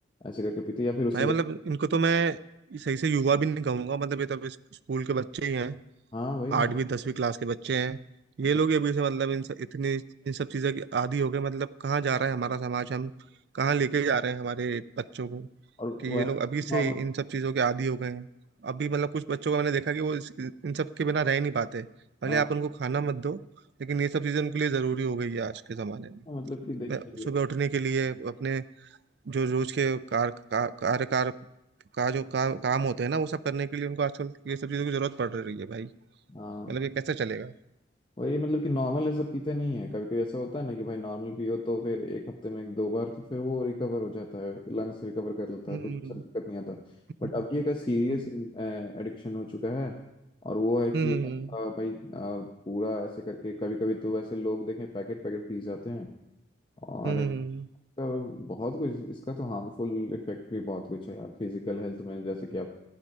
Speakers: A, on the left (about 25°); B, on the right (about 60°).
A: ऐसे करके पीते हैं, या फिर उससे
B: भाई
A: जा-
B: मतलब इनको तो मैं सही से युवा भी नहीं कहूंगा मतलब ये तो अभी स्कूल के बच्चे ही हैं
A: हाँ वही ना
B: आठवीं दसवीं क्लास के बच्चे हैं
A: अच्छा,
B: ये लोग ही अभी से मतलब इन सब इतनी इन सब चीज़ों की आदी हो गए मतलब कहाँ जा रहा है हमारा समाज हम कहाँ लेके जा रहे हैं हमारे बच्चों को
A: और
B: कि
A: वैसे
B: ये लोग अभी से
A: हाँ,
B: इन सब चीज़ों के आदी हो गए हैं अभी मतलब कुछ बच्चों का मैंने देखा कि वो इस, इन सब के बिना रह ही नहीं पाते भले
A: हाँ,
B: आप उनको खाना मत दो लेकिन ये सब चीज़ें उनके लिए ज़रूरी हो गई है आज के ज़माने में
A: मतलब कि देखिए
B: मैं- सुबह उठने के लिए अपने जो रोज के कार का, कार्यकार का जो का, काम होते हैं ना वो सब करने के लिए उनको आजकल ये सब चीज़ों की ज़रूरत पड़ रही है भाई
A: हाँ
B: मतलब ये कैसे चलेगा
A: वही मतलब कि नॉर्मल ऐसा पीते नहीं है कभी कभी ऐसा होता है ना कि भाई नॉर्मल पियो तो फिर एक हफ्ते में एक दो बार तो फिर वो रिकवर हो जाता है लंग्स रिकवर कर लेता
B: हम्म
A: है कुछ ऐसा दिक्कत नहीं आता बट
B: हम्म
A: अब ये का सीरियस
B: हम्म
A: एडिक्शन हो चुका है और वो है कि
B: हम्म,
A: अ, भाई अ, पूरा ऐसे करके कभी कभी तो ऐसे लोग देखें पैकेट पैकेट पी जाते हैं और
B: हम्म।
A: तो बहुत कुछ इसका तो हार्मफुल इफेक्ट भी बहुत कुछ है यार फिजिकल हेल्थ में जैसे कि आप